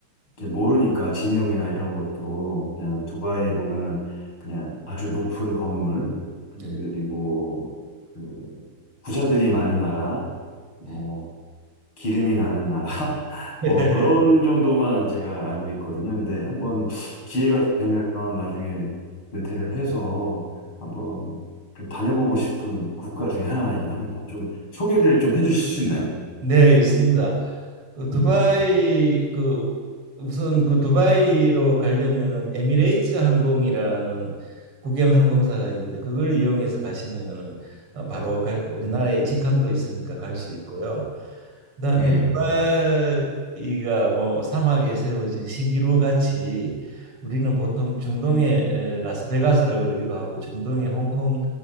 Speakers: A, on the left; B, on the right.
A: 이제 모르니까 지명이나 이런 것도 그냥 두바이에 보면은 그냥 아주 높은 건물, 그리고
B: 네,
A: 그 부자들이 많은 나라, 뭐
B: 네.
A: 기름이 나는 나라? <laughs>
B: <laughs>
A: 뭐 그런 정도만 제가 알고 있거든요. 근데 한번 기회가 되면 나중에 은퇴를 해서 한번 좀 다녀보고 싶은 국가 중에 하나이긴 합니다. 좀 소개를 좀 해주실 수 있나요?
B: 네, 있습니다. 그
A: 음.
B: 두바이 그 우선 그 두바이로 가려면은 에미레이츠 항공이라는 국영 항공사가 있는데 그걸 이용해서 가시면은 어, 바로 갈- 우리나라에
A: 음.
B: 직항도 있으니까 갈 수 있고요. 그다음에
A: 예.
B: 두바이가 뭐 사막에 세워진 신기루 같이 우리는 보통 중동의 에, 라스베가스라 그러기도 하고 중동의 홍콩